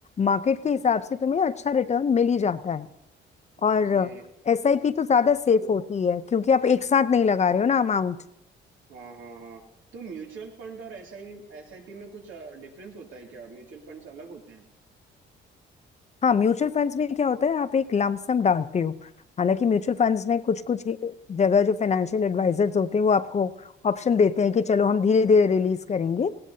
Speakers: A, on the left (about 35°); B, on the right (about 75°).
A: मार्केट के हिसाब से तुम्हें अच्छा रिटर्न मिल ही जाता है
B: okay
A: और एसआईपी तो ज्यादा सेफ होती है क्योंकि आप एक साथ नहीं लगा रहे हो ना अमाउंट
B: हाँ हाँ हाँ तो म्यूचुअल फंड और एसआई एसआईपी में कुछ डिफरेंस होता है क्या म्यूचुअल फंड्स अलग होते हैं
A: हाँ म्यूचुअल फंड्स में क्या होता है आप एक लमसम डालते हो हालांकि म्यूचुअल
B: ओके
A: फंड्स में कुछ कुछ जगह जो फाइनेंशियल एडवाइजर्स होते हैं वो आपको ऑप्शन देते हैं कि चलो हम धीरे धीरे रिलीज करेंगे